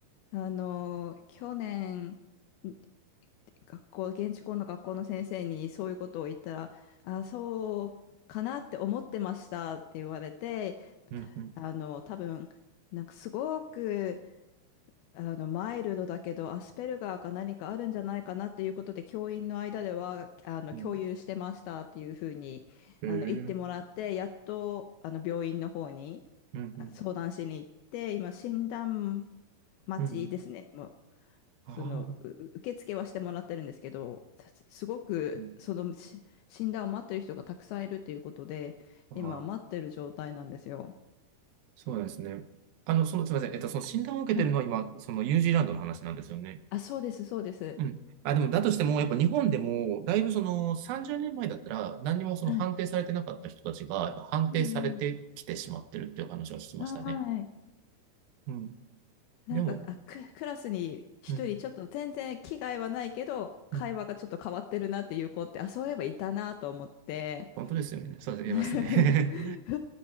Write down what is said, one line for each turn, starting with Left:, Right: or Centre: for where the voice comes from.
Left: あの、去年、ん学校、現地校の学校の先生にそういうことを言ったら、あ、そうかなって思ってましたって言われて、
Right: うん、うん、
Left: あの、多分、なんかすごく、あの、マイルドだけど、アスペルガーか何かあるんじゃないかなっていうことで、教員の間では、あの、
Right: うん。
Left: 共有してましたっていうふうに、
Right: ええ、
Left: あの、
Right: うん
Left: 言ってもらって、やっと、あの、病院の方に
Right: うん、
Left: あ相談しに行って、今、診断待ちですね。
Right: うん。
Left: もう
Right: ああ、
Left: その、う受付はしてもらってるんですけど、すすごく、
Right: うん。
Left: その、し診断を待ってる人がたくさんいるっていうことで、
Right: ああ、
Left: 今待ってる状態なんですよ。
Right: そうですね。あの、その、すみません。えっと、その診断を受けてるのは今、
Left: はい。
Right: そのニュージーランドの話なんですよね。
Left: あ、そうです、そうです。
Right: うん。あ、でも、だとしても、やっぱ日本でも、だいぶその30年前だったら、何にもその判定されてなかった人たちが、
Left: はい。
Right: やっぱ判定されてきてしまってるっていう話は聞きましたね。
Left: うんうん。あ、はい。
Right: うん。
Left: なんか、
Right: でも、
Left: あ、ク、クラスに一人ちょっと全然気概はないけど、
Right: うん、
Left: 会話がちょっと変わってるなっていう子って、
Right: うん。
Left: あ、そういえばいたなと思って、
Right: 本当ですよね。そうです、
Left: <laughs>
Right: 言えますね。
Left: 多